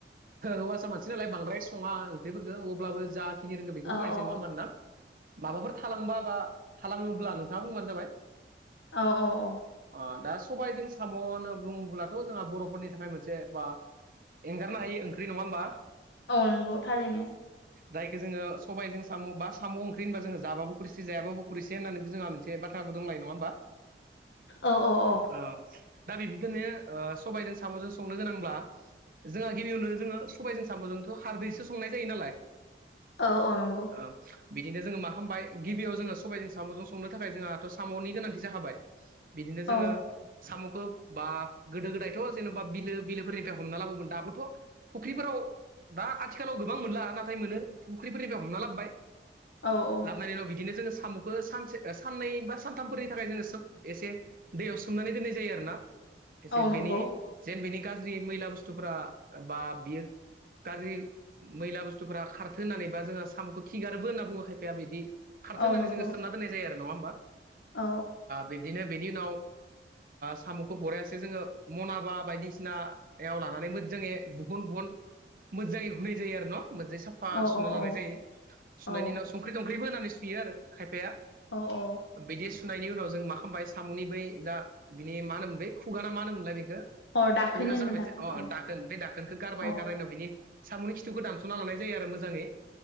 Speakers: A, on the right; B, on the left.
A: हौवासा मानसि नालाय बांद्राय सङा ओंख्रिफोरखो अब्लाबो जा खिनि रोङो बेखौ
B: औ
A: फोरमायनिसै
B: औ
A: नङा होमबा नोंथां? माबाफोर थालांबा बा थालाङोब्ला नोंथाङा बुंबानो जाबाय।
B: औ औ औ
A: ओ दा सबायजों साम' होनना बुङोब्लाथ' जोंहा बर'फोरनि थाखाय मोनसे बा एंगारनो हायि ओंख्रि नङा होमबा?
B: औ नंगौ थारैनो।
A: जायखो जोङो सबायजों साम' बा साम' ओंख्रि होनबा जोङो जाबाबो खुरिसे जायाबो खुरिसे होननानैबो जोंहा मोनसे बाथ्रा फाव बो दंलायो नङा होमबा?
B: औ औ औ
A: ओ दा बिबिदिनो ओ सबायजों साम'जों संनो गोनांब्ला जोंहा गिबियावनो जोङो सबायजों साम'जोंथ' खारदैसो संनाय जायो नालाय?
B: औ औ नंगौ
A: ओ बिदिनो जोङो मा खामबाय गिबियाव जोङो सबायजों साम'जों संनो थाखाय जोंहाथ' साम'नि गोनांथि जाखाबाय। बिदिनो
B: औ
A: जोङो साम'खो बा गोदो गोदायथ' जेन'बा बिलो बिलोफोरनिफ्राय हमना लाबोमोन दाबोथ' फुख्रिफोराव दा आथिखालाव गोबां मोनला नाथाय मोनो फुख्रिफोरनिफ्राय हमना लाबबाय
B: औ औ
A: लाबनायनि उनाव बिदिनो जोङो साम'खौ सानसे साननै बा सानथामफोरनि थाखाय जो एसे दैयाव हमनानै दोननाय जायो आरोना एसे
B: औ नंगौ
A: बेनि जेन बेनि गाज्रि मैला बुस्थुफोरा बा बियो गाज्रि मैला बुस्थुफोरा खारथो होननानै बा जोहा सामखौ खिगारोबो होनना बुङो खायफाया बिदि खारथो
B: औ
A: होननानै
B: नंगौ
A: जोङो सोमना दोननाय जायो आरो नङा होमबा
B: औ
A: बिब्दिनो बेनि उनाव साम'खौ बरायासो जोङो मनाबा बायदिसिनाव लानानै जोङो बुुन न मोजाङै होनाय जायो आरो ना? मोजांङै साफा
B: औ
A: सुना
B: औ
A: लानाय
B: औ
A: जायो
B: औ
A: सुनायनि उनाव संख्रि थंख्रिबो होनानै सुयो आरो खायफाया
B: औ औ
A: बिदि सुनायनि उनाव जों मा खालामबाय साम'नि बै जा बिनि मा होनोमोन बै खुगाना मा होनोम मोनलाय बेखौ
B: अ दाखोन
A: खुग्रियाव
B: होनो
A: जानोसै
B: दाखोन
A: अ
B: औ
A: दाखोन बे दाखोनखौ गारबाय
B: औ
A: गारनाव बिनि साम'नि खिथुखौ दानस'ना लानाय जायो आरो मोजाङै।